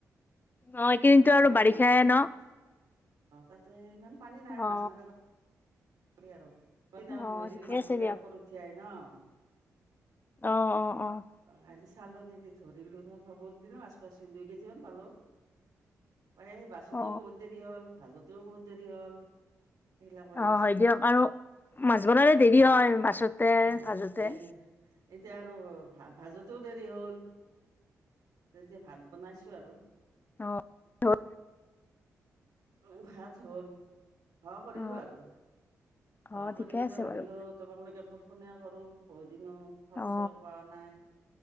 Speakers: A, on the left; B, on the right.
A: অ এইকেইদিনতো
B: তাৰ, চাউ
A: আৰু বাৰিষাই
B: মাছ মাৰিব।
A: ন?
B: অ, তাতে ইমান পানী নাই,
A: অ
B: মাছ মাৰিব প পাৰি আৰু <unintelligible>
A: অ
B: মৈ দিলি
A: ঠিকে
B: মাচ
A: আছে
B: গিলাক
A: দিয়ক।
B: ওপৰত উঠি আহে ন'।
A: অ', অ', অ'।
B: অ', খালি চালনী দি ধৰিলো, <unintelligible> মাছ পাছো, দুই কেজিমান পালো। মানে এই বাচুতেও
A: অ
B: বহুত দেৰি হ'ল, ভাজোতেও বহুত দেৰি হ'ল, সেইবিলাক কৰি
A: অ
B: আছোঁ।
A: হয় দিয়ক আৰু, মাছ বনালে দেৰি হয়, বাচোতে,
B: অ',
A: ভাজোতে।
B: এ এতিয়া আৰু ভা-ভাজোতেও দেৰি হ'ল। এতিয়া ভাত বনাইছোঁ আৰু।
A: অ' <unintelligible>
B: উম, ভাত হ'ল, সহা কৰিলো
A: অ
B: আৰু, সহা
A: অ
B: কৰি
A: ঠিকে
B: পেলাই
A: আছে
B: ভাবিলোঁ
A: বাৰু।
B: তোমাকলেগি একবাৰ ফোনে কৰোঁ, বহুতদিনো খবৰ
A: অ।
B: চাবৰ পোৱা নাই।